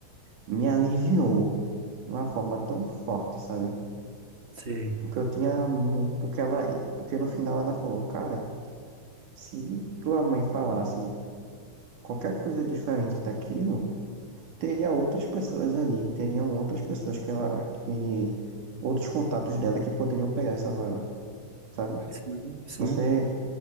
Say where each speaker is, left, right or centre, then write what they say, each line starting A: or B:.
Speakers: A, on the right (about 80°); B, on the right (about 30°).
A: me aliviou de uma forma tão forte, sabe?
B: sei.
A: Porque eu tinha, mu- porque ela, porque no final ela falou, cara, se tua mãe falasse qualquer coisa diferente daquilo, teria outras pessoas ali, teriam outras pessoas que ela, que outros contatos dela que poderiam pegar essa vaga, sabe?
B: Sim, sim,
A: Você